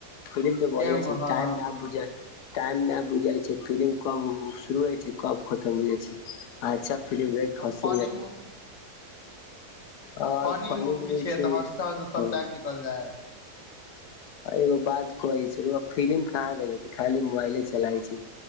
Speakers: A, on the left; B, on the left.
A: फिल्म तऽ
B: क्य
A: बढ़िया
B: हँ
A: छै टाइम नऽ बुझा टाइम नऽ बुझाइ छै फिलिम कब शुरू होइ छै कब खतम हो जाइ छै अच्छा फिलिम रहैय हसी
B: फनी
A: मजाक आ
B: पानी
A: फनी
B: मूवी
A: भी रहै
B: छैै
A: छै
B: तऽ हँसते
A: ह
B: हँसते सब टाइम निकल जाय है
A: एगो बात कहै छी रऊआ फिल्म कहाँ देखे छी खाली मोबाइले चलाबए छी तऽ